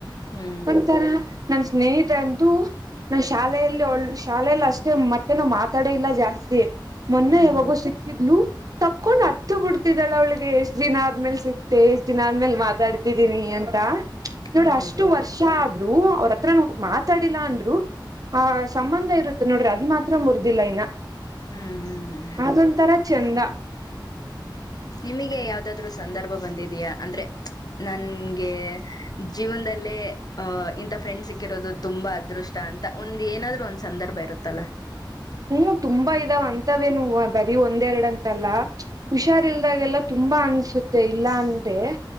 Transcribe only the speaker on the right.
ಒಂಥರ ನನ್ ಸ್ನೇಹಿತ ಅಂತೂ ನಾ ಶಾಲೆಯಲ್ಲಿ ಒಳ್ಳ ಶಾಲೆಯಲ್ಲಿ ಅಷ್ಟೇ ಮತ್ತೆನ ಮಾತಾಡೇ ಇಲ್ಲ ಜಾಸ್ತಿ ಮೊನ್ನೆ
ಯಾವಾಗೋ
ಸಿಕ್ತಿದ್ಲು ತಪ್ಕೊಂಡ್ ಹತ್ತು ಬಿಡ್ತಿದಾಳ ಅವಳಿಗೆ ಎಷ್ಟ್ ದಿನ ಆದ್ಮೇಲ್ ಸಿಕ್್ದ ಎಷ್ಟ್ ದಿನ ಆದ್ಮೇಲ್ ಮಾತಾಡ್ತ ೀನಿ ಅಂತ ನೋಡ
ಅಷ್ಟ ಕ್ಯಾದ್ರು ಅವರತ್ರ ನೊ ಮಾತಾಡಿಲ್ಲ ಅಂದ್ರು ಆ ಸಂಬಂಧ ಇರುತ್ತ ನೋಡ್ರಿ ಅದು ಮಾತ್ರ ಮುರಿದಿಲ್ಲ ಇನ್ನ
ಅದೊಂಥರ ಚಂದ
ಹೂ ತುಂಬಾ ಇದಾವ್ ಅಂತವೇನು ಬರೀ ಒಂದೆರೆಡ್ ಅಂತಲ್ಲಾ ಹುಷಾರ್ ಇಲ್ದಾಗೆಲ್ಲ ತುಂಬಾ ಅನ್ಸುತ್ತೆ ಇಲ್ಲಾ ಅಂದ್ರೆ